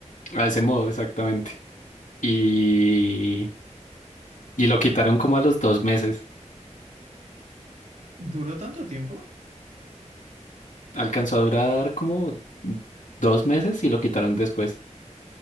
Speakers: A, on the left (about 80°); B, on the right (about 85°).
A: a ese modo exactamente. Y, y lo quitaron como a los dos meses.
B: ¿Duró tanto tiempo?
A: Alcanzó a durar como dos meses y lo quitaron después.